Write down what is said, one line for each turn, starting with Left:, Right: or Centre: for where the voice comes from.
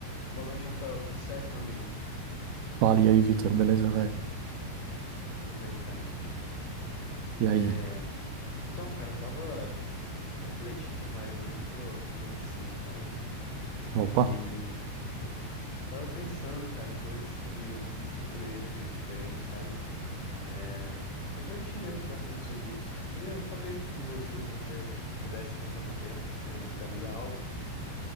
Left: Boa noite, Rafael. Tudo certo, meu amigo?
Right: Fala, e aí, Vitor, beleza, velho?
Left: Tudo bem, cara.
Right: E aí?
Left: É... Então, cara, eu tava refletindo mais hoje, eu tô reflexivo, sabe?
Right: Opa,
Left: E <laughs> tava pensando, cara, em coisas que eu fiz que eu poderia ter feito diferente, sabe? É... Refleti mesmo bastante sobre isso. Queria saber de você, se você pudesse voltar no tempo, você mudaria algo?